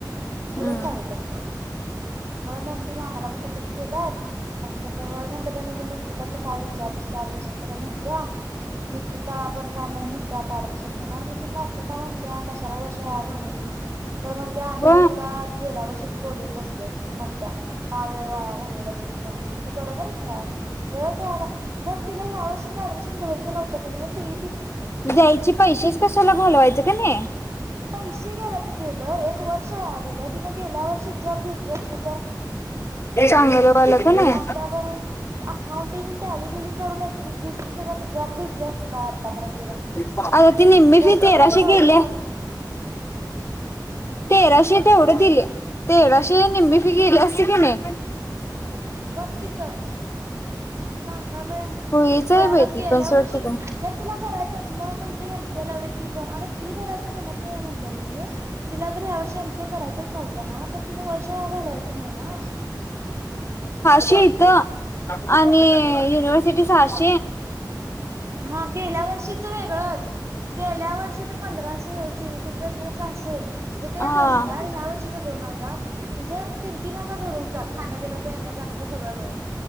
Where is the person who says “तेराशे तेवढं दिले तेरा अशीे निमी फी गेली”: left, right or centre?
Left